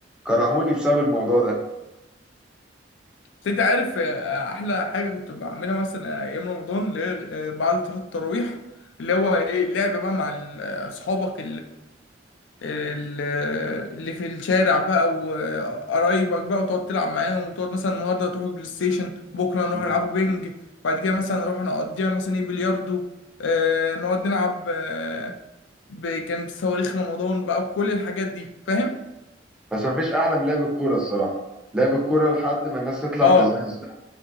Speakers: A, in the centre; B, on the left.
A: كرهوني بسبب الموضوع ده
B: بس انت عارف آه، احلى حاجه كنت بعملها مثلا ايام رمضان اللي هي آه، بعد صلاه التراويح اللي هو ايه اللعب بقى مع ال- اصحابك ال- اللي في الشارع بقى وقرايبك بقى وتقعد تلعب معاهم وتقعد مثلا النهارده تروح بلاي ستيشن بكره نروح
A: مم.
B: نلعبوا بينج بعد كده مثلا نروح نقضيها مثلا ايه بلياردو آه نقعد نلعب آه ب- كان بصواريخ رمضان بقى وكل الحاجات دي فاهم؟
A: بس مفيش احلى من لعب الكوره الصراحه لعب الكوره لحد ما الناس تطلع
B: اه
A: تزعزع